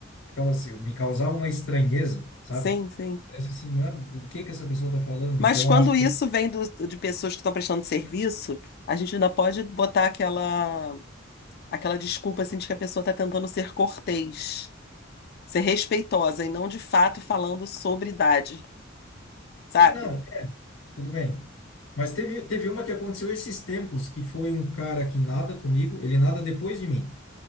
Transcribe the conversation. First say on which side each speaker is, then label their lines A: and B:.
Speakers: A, on the left (about 85°); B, on the left (about 50°).
A: ficava, assim, me causava uma estranheza, sabe?
B: Sim, sim.
A: Parece assim, ah, do que que essa pessoa tá falando?
B: Mas
A: Então
B: quando
A: eu acho que,
B: isso vem do- de pessoas que estão prestando serviço, a gente ainda pode botar aquela, aquela desculpa assim, de que a pessoa está tentando ser cortês, ser respeitosa e não de fato falando sobre idade, sabe?
A: ah, não, tudo bem. Mas teve, teve uma que aconteceu esses tempos, que foi um cara que nada comigo, ele nada depois de mim.